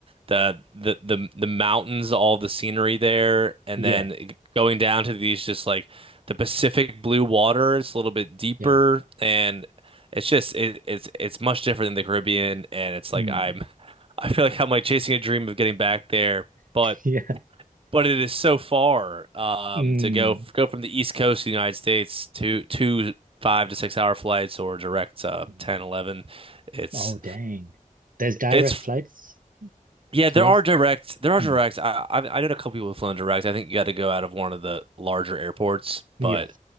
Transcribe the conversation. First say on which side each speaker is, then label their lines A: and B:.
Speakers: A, on the right; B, on the right.
A: the the the the mountains, all the scenery there, and
B: Yeah.
A: then going down to these just like the Pacific blue water. It's a little bit deeper,
B: Yeah.
A: and it's just it, it's it's much different than the Caribbean, and it's
B: Mm.
A: like I'm <laughs> I feel like I'm like chasing a dream of getting back there, but
B: <laughs> Yeah.
A: but it is so far um,
B: Mm.
A: to go go from the East Coast of the United States to two five to six hour flights or direct uh,
B: Mm.
A: ten eleven, It's
B: Oh, dang. There's direct
A: it's
B: flights
A: yeah,
B: towards.
A: there are direct there are
B: Mm.
A: direct. I I, I know a couple people who've flown direct. I think you got to go out of one of the larger airports,
B: Yeah.
A: but